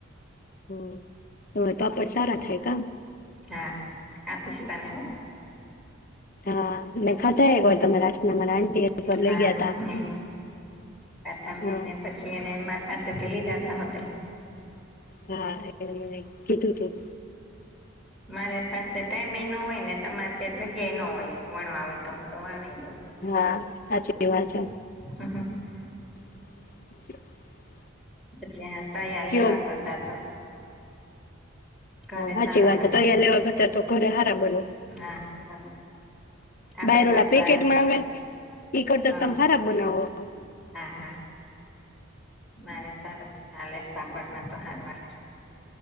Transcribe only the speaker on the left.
હમ્મ તમારે પાપડ સારા થાય કા.
હા મેં ખાધા એક વાર તમારા હાથના <inaudible>
લઈ ગયા તા
હા
હા એને કીધું તું.
હા હાચી. કેવા છે.
<inaudible>
કયો
હાચી
વાત
તો તૈયાર લેવા કરતા તો ઘરે હારા બને.
બાયરો રોલા
પેકેટમાં
આવે ઈ કરતા
તો હારા બનાવો.